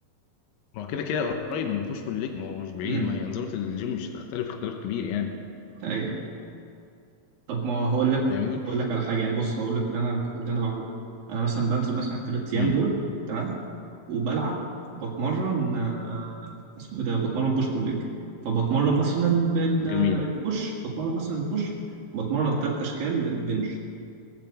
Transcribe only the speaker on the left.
ما هو كده كده قريب من البوش بول ليج ما هو مش بعيد
ما هي انظمه الجيم مش هتختلف اختلاف كبير يعني
فاهمني
امم
جميل